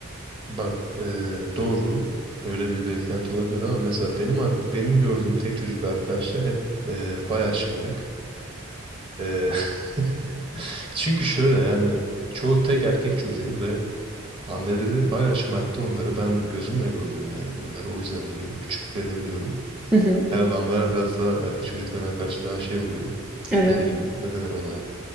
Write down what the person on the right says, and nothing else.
Bak eee, doğru öyle bir beklenti olabilir ama mesela benim ar- benim gördüğüm tek çocuk arkadaşlar hep eee bayağı şımarık. Eee, <laughs> çünkü şöyle yani çoğu tek erkek çocuğu ve anneleri bayağı şımarttı onları. Ben gözümle gördüm yani bunları o yüzden biliyorum. Küçüklüklerini biliyorum.
Herhalde anneler biraz daha erkek çocuklarına karşı daha şey oluyor.
Ne bileyim ne denir ona